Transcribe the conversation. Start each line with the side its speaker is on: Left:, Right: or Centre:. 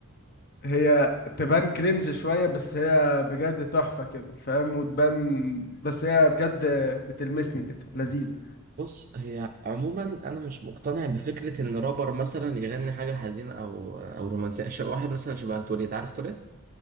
Left: هي تبان كرنج شوية بس هي بجد تحفة كده فاهم وتبان بس هي بجد بتلمسني كده لذيذة
Right: بص هي عموما انا مش مقتنع بفكرة ان رابر مثلا يغني حاجة حزينة او او رومانسية ش- واحد مثلا شبه توليت عارف توليت